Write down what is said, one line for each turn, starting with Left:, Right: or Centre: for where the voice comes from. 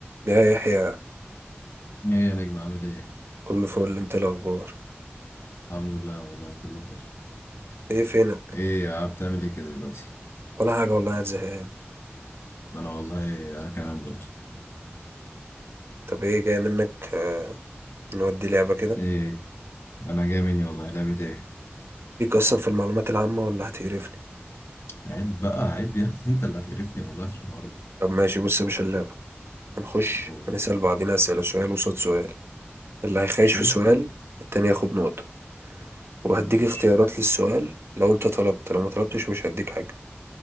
Right: يا يحيى
Left: ايه يا نجم عامل ايه؟
Right: كل فول انت إيه الاخبار
Left: الحمد لله والله كله فل
Right: ايه فينك
Left: ايه يا عم بتعمل ايه كده دلوقتي؟
Right: ولا حاجه والله قاعد زهقان
Left: ما انا والله انا كمان برضه
Right: طب ايه جاي منك آه نودي لعبه كده
Left: ايه انا جاي مني والله لعبة ايه؟
Right: ليك اصلا في المعلومات العامه ولا هتقرفني
Left: عيب بقى عيب يا ابني <laughs> انت اللي هتقرفني والله في الحوار ده
Right: طب ماشي بص يا باشا اللعبه هنخش
Left: قول
Right: هنسال بعضينا اسئله سؤال وصاد سؤال اللي هيخايش
Left: ماشي
Right: في سؤال التاني ياخد نقطه وهديك
Left: ماشي
Right: اختيارات للسؤال لو انت طلبت لو ما طلبتش مش هديك حاجه